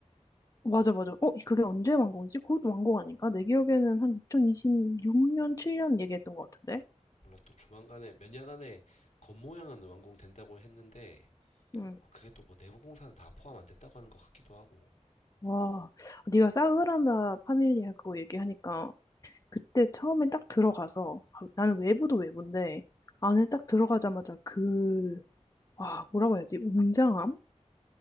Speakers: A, on the left; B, on the left.
A: 맞아, 맞아. 어, 그게 언제 완공이지? 그것도 완공 아닌가? 내 기억에는 한 2026년, 7년 얘기했던 것 같은데?
B: 몰라 또 조만간에 몇 년 안에 겉모양은 완공된다고 했는데
A: 응.
B: 그게 또 뭐 내부 공사는 다 포함 안 됐다고 하는 것 같기도 하고.
A: 와, 네가 사그라나 파밀리아 그거 얘기하니까 그때 처음에 딱 들어가서 아, 나는 외부도 외부인데 안에 딱 들어가자마자 그, 와, 뭐라고 해야지? 웅장함?